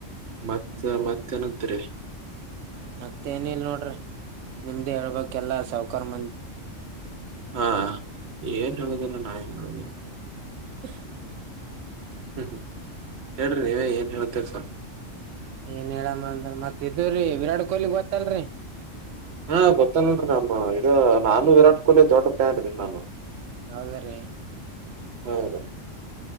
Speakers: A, on the right; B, on the right.
A: ರ ಮತ್ತ ಮತ್ತೆ ನಂತರಿ
B: ಮತ್ತ ಏನ ಇಲ್ ನೋಡ್ರಿ ನಿಮ್ದ ಹೇಳ್ಬೇಕ ಎಲ್ಲಾ ಸೌ ಕರ್ಮಂ
A: ಹಾ ಏನ್ ಹೇಳುದರ ನಾ ಏನ್ ಹೇಳುದೀನ
B: <inaudible>
A: ಹ್ಮ್ ಹೇಳ್ರಿ ನೀವ ಏನ್ ಹೇಳ್ತೀರಿ ಸರ್
B: ಏನ್ ಹೇಳಮ್ಮ ಅಂದ್ರ ಮತ್ ಇದ್ರರಿ ವಿರಾಟ್ ಕೊಹ್ಲಿಗ್ ಗೊತ್ತಲ್ರರಿ
A: ಹಾ ಗೊತ್ತಲ್ಲಲ್ರರಿ ನಮ್ಮ ಇದು ನಾನು ವಿರಾಟ್ ಕೊಹ್ಲಿ ಜರ್ಟರ್ ಪ್ಯಾಂಟ್ ಬನ್ನ ನಾನು
B: ಹೌದ ರೀ
A: ಹೌದಾ